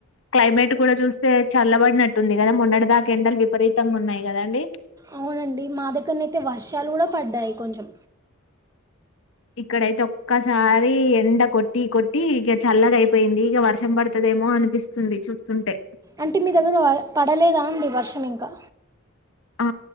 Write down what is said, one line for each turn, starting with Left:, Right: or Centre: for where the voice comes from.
Left: క్లైమేట్ కూడా చూస్తే చల్లబడినట్టుంది కదా మొన్నటి దాకా ఎండలు విపరీతంగా ఉన్నాయి గదండి
Right: అవునండి మా దగ్గర్నయితే వర్షాలు కూడా పడ్డాయి కొంచెం
Left: ఇక్కడైతే ఒక్కసారి ఎండ కొట్టి కొట్టి ఇక చల్లగా అయిపోయింది ఇగ వర్షం బడతదేమో అనిపిస్తుంది చూస్తుంటే
Right: అంటే మీ దగ్గర పడలేదా అండి వర్షం ఇంకా
Left: ఆ